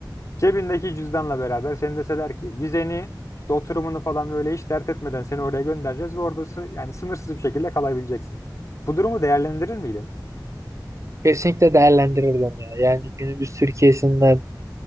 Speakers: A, on the left; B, on the right.
A: Cebindeki cüzdanla beraber seni deseler ki vizeni, işte oturumunu falan böyle hiç dert etmeden seni oraya göndereceğiz ve orada sı- yani sınırsız bir şekilde kalabileceksin. Bu durumu değerlendirir miydin?
B: Kesinlikle değerlendirirdim ya. Yani günümüz Türkiye'sinden